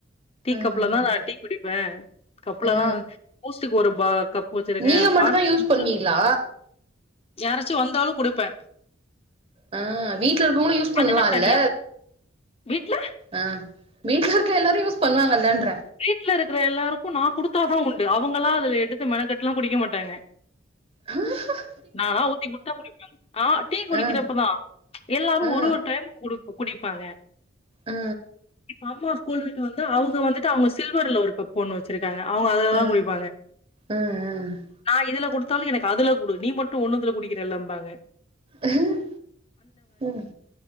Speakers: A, on the left; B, on the right.
A: டீ
B: ஆ ஆ
A: கப்ல தா நா டீ குடிப்பே கப்புலதா
B: ஆ
A: பூஸ்ட்க்கு ஒரு ப கப்பு வச்சிருக்கே
B: நீங்க மட்டுந்தா
A: ஹார்லிக்ஸ்
B: யூஸ்
A: குடிச்சா
B: பண்ணுவீங்களா
A: யாராச்சு வந்தாலு குடுப்பே
B: ஆ வீட்ல இருக்கிறவங்களு யூஸ் பண்ணலா
A: அதுக்குன்
B: இல்ல
A: தனியா வீட்ல
B: ஆ வீட்ல இருக்க எல்லாரு யூஸ் பண்ணுவாங்கில்ல என்ற
A: வீட்ல இருக்கிற எல்லாருக்கு நா குடுத்தாத உண்டு அவங்களா அதுல எடுத்து மெணக்கெட்டு எல்லா குடிக்க மாட்டாங்க
B: ஹ
A: நா ஊத்தி குடுதா குடிப்பே ஆ டீ குடிக்கிறப்பதா
B: ஆ
A: ம்ச் எல்லாரு
B: ஆ
A: ஒரு ஒரு டைம் கூட குடிப்பாங்க
B: ஆ
A: இப்ப அம்மா ஸ்கூல் விட்டு வந்து அவங்க வந்து அவங்க சில்வர்ல ஒரு கப்பு ஒண்ணு வெச்சிருக்காங்க அவங்க அதுலதா
B: ஆ
A: குடிப்பாங்க
B: ஆ ஆ
A: நா இதுல குடுத்தாலு எனக்கு அதுல குடு நீ மட்டு ஒண்ணுதுல குடிக்கிற இல்லம்பாங்க
B: உம் உம்